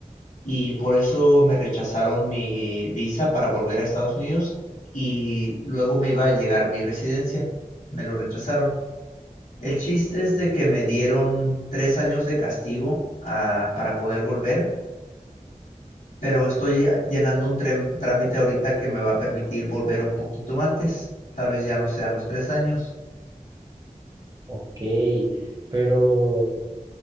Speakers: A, on the left; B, on the right.
A: y por eso me rechazaron mi visa para volver a Estados Unidos y luego me iba a llegar mi residencia. Me lo rechazaron. El chiste es
B: ujú,
A: de que me dieron tres años de castigo ah, para poder volver, pero estoy llenando un trem- trámite ahorita que me va a permitir volver un poquito antes. Tal vez ya no sean los tres años.
B: ok. Pero